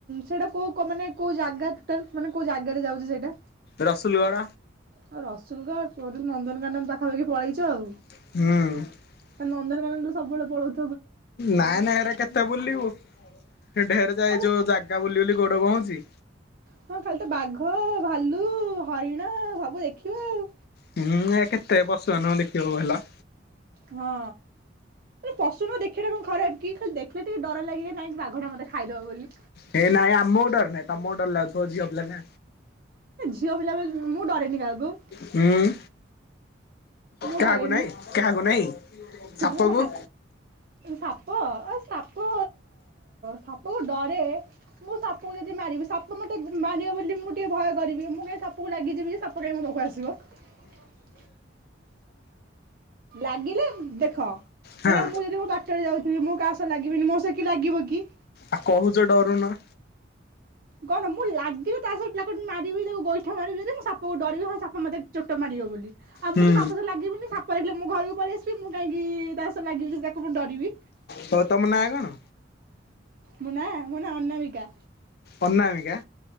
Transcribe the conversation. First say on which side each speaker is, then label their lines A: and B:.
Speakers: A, on the right; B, on the left.
A: ସେଇଟା କେଉଁ ମାନେ କେଉଁ ଜାଗା ଟୋଟା ମାନେ କେଉଁ ଜାଗାରେ ଯାଉଛି ସେଇଟା।
B: ରସୁଲଗଡ।
A: ଆଉ ରସୁଲଗଡ ନନ୍ଦନକାନନ ପାଖାପାଖି ପଳେଇଛ ଆଉ।
B: ହୁଁ।
A: ନନ୍ଦନକାନନରୁ ସବୁବେଳେ ପଳଉଚ।
B: ନାଇଁ ନାଇ ଏରେ କେତେ ବୁଲିବୁ ଢେର ଯାଏ
A: ଆଉ
B: ଯୋଉ ଜାଗା ବୁଲି ବୁଲି। ଗୋଡ଼ କଣ ହଉଛି।
A: ହଁ ଖାଲି ତ ବାଘ ଭାଲୁ ହରିଣା ସବୁ ଦେଖିବୁ ଆଉ।
B: ହୁଁ ଏ କେତେ ବସ ଆ ନ ଦେଖିବାକୁ ହେଲା।
A: ହଁ ପସନ୍ଦ ଦେଖିବାଟ କଣ ଖରାପ କି ଖାଲି ଦେଖିଲ। ଟେ ଡର ଲାଗିବେ ନାାଇଁ ବାଘରେ ମୋତେ ଖାଇଦବ ବୋଲି।
B: ହେ ନାଇଁ ଆ ମୋଡର ନାଇଁ ତ ମୋଡର ଲାଗଥ ଝିଅ। ପିଲା ନା।
A: ଝିଅ ବିଲବେ ମୁଁ ଡରେନି କାହାକୁ।
B: ହୁଁ।
A: ମୁଁ
B: କାହାକୁ
A: ଡରେନି
B: ନାଇଁ କାହାକୁ ନାଇଁ ସାପ
A: ମୁଁ ଭାପ
B: କୁ
A: ସାପ ଆ ସାପ ସାପ କୁ ସବୁ ଡରେ। ମୁଁ ସାପ ଯଦି ମାରିବି ସାପ ମତେ ମାରିବ ବୋଲି ମୁଁ। ଟିକେ ଭୟ କରିବି ମୁଁ କାଇ ସାପ କ ଲାଗିଯିବି ଯେ ସାପ କାଇହିଁ ମୋ ପାଖକୁ ଆସିବ। ଲାଗିଲେ ଦେଖ
B: ହଁ
A: ଏଇନା ମୁଁ ଯଦି ମୋ ପାଟରେ ଯାଉଥିବି ମୋ କାହା ସହ ଲାଗି ଲିବିନି ମୋସ କି ଲାଗିବ କି।
B: ଆଉ କହୁଛ ଡରୁନ।
A: କଣ ମୁଁ ଲାଗିବି ତା ସହିତ ତା ମାରିବି ତାକୁ ଗୋଇଠା ମାରିବି ମୁଁ ସାପାକୁ ଡରିବି ହଁ ସାପ ମତେ। ଚୋଟ ମାରିବ ବୋଲି ଆଉ
B: ହୁଁ
A: ମୁଁ ତ ସାପସ ଲାଗିବିନି ସାପ ଲାଗିଲେ ମୁଁ ଘରକୁ ପଳ ଆସିବି ମୁଁ କାହିଁକି ସ ଲାଗିବଛି ସେ ତାକୁ ମୁଁ ଡିରିବି।
B: ହଉ ତମ ନାଁ କଣ।
A: ମୋ ନାଁ ମୋ ନା ଅନାମିକା
B: ଅନାମିକା